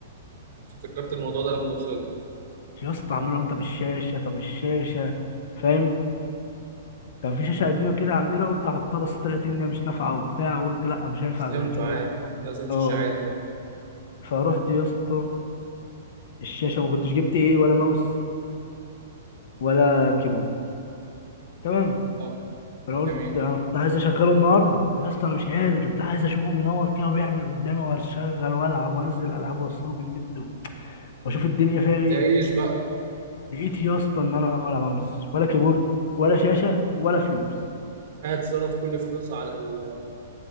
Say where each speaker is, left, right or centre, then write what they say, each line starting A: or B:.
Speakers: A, on the right; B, on the left.
A: افتكرت الموضوع ده لما وصلت
B: يا اسطى عمال اقول طب الشاشه طب الشاشه فاهم كان في شاشه قديمه كده عندنا قلت احطها بس طلعت ان هي مش نافعه وبتاع وقلت لا مش هينفع
A: مش تنفع
B: زي كده واحد
A: يا ابني لازم شاشة
B: اه
A: عدلة
B: فروحت يا اسطى الشاشه ما كنتش جبت ايه ولا ماوس ولا كيبورد تمام
A: اه
B: فانا قلت
A: جميل
B: انا كنت عايز اشغله النهارده يا اسطى انا مش قادر بتاع عايز اشوفه بينور كده وبيعمل قدامي واشغل والعب وانزل العاب واوصله بالنت واشوف الدنيا فيها ايه
A: تعيش بقى
B: لقيت يا اسطى ان انا ولا ماوس ولا كيبورد ولا شاشه ولا فلوس
A: قاعد صرف كل فلوسه على ال...